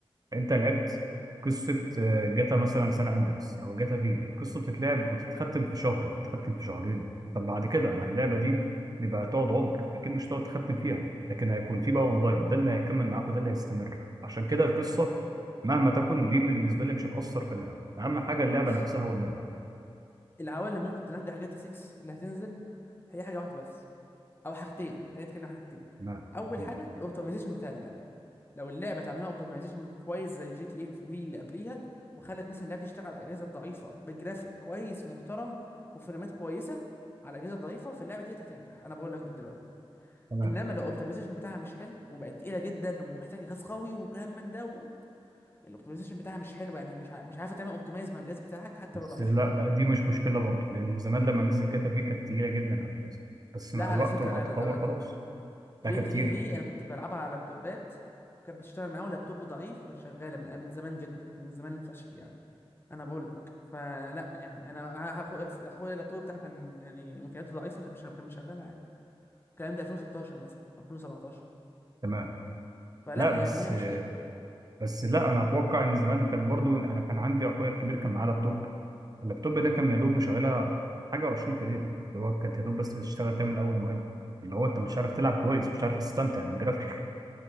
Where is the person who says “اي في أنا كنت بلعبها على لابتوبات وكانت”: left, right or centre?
Left